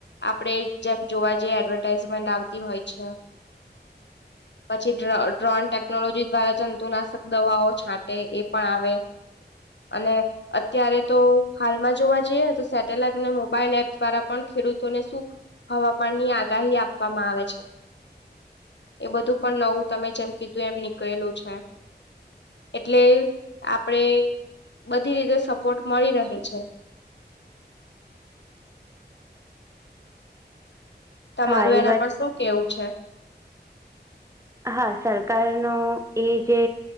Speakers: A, on the left; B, on the right.
A: આપણેે જેમ જોવા જઈએ એડવર્ટાઈઝમેન્ટ આવતી હોય છે. પછી ડ્રો ડ્રોન ટેકનોલોજી દ્વારા જંતુનાશક દવાઓ છાંટે એ પણ આવે, અને અત્યારે તો હાલમાં જોવા જઈએ ને તો સેટેલાઈટ અને મોબાઈલ એપ દ્વારા પણ ખેડૂતોને શું હવામાનની આગાહી આપવામાં આવે છે. એ બધું પણ નવું તમે જેમ કીધું એમ નીકળેલું છે. એટલે આપડે બધી રીતે સપોર્ટ મળી રહે છે. તમારું
B: હા એ
A: એના
B: વાત
A: પર શું કેવું છે.
B: હા સરકારનો એ જે